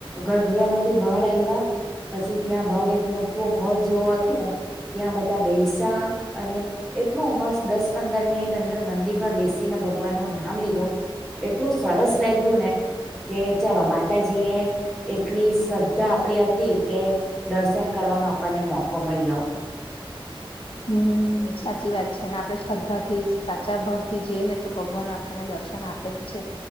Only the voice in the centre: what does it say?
ગરભૂરા માંથી બહાર આવ્યા પછી ત્યાં બહાર એક મોટું હોલ જેવો હતું ત્યાં બધા બેૈસા અને એટલું મસ્ત દસ પંદર મિનિટ અંદર મંદિરમાં બેસીને ભગવાન નું નામ લીધું એટલું સરસ લાગ્યું ને કે ચાલો માતાજી એ એટલી શ્રદ્ધા આપડી હતી કે દર્શન કરવાનો આપણને મોકો માઈલો